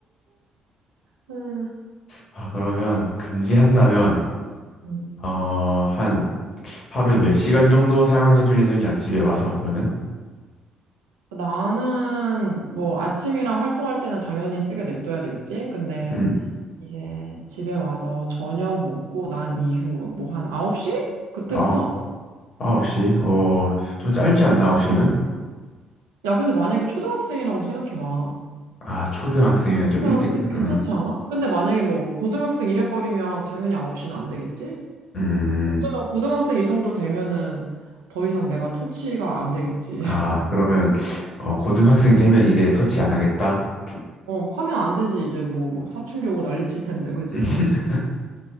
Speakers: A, on the right (about 80°); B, on the left (about 55°).
A: <laughs>
B: 아, 그러면 금지한다면,
A: 음.
B: 어, 한 하루에 몇 시간 정도 사용하게 해줄 예정이야, 집에 와서 그러면?
A: 나는 뭐 아침이랑 활동할 때는 당연히 쓰게 냅둬야 되겠지? 근데
B: 음,
A: 이제 집에 와서 저녁 먹고 난 이후 뭐 한 9시? 그때부터?
B: 아, 9시? 어, 좀 짧지 않나, 9시면?
A: 야, 근데 만약에 초등학생이라고 생각해봐.
B: 아, 초등학생이면
A: 그러면
B: 좀 일찍,
A: 그래도 괜찮지
B: 음,
A: 않아? 근데 만약에 뭐 고등학생 이래버리면 당연히 9시는 안 되겠지?
B: 음,
A: 어쩌면 고등학생 이 정도 되면은 더 이상 내가 터치가 안 되겠지.
B: 아,
A: <laughs>
B: 그러면, 어, 고등학생 되면 이제 터치 안 하겠다? 중-
A: 어, 하면 안 되지. 이제 뭐, 뭐 사춘기 오고 난리 칠 텐데, 그지?
B: <laughs>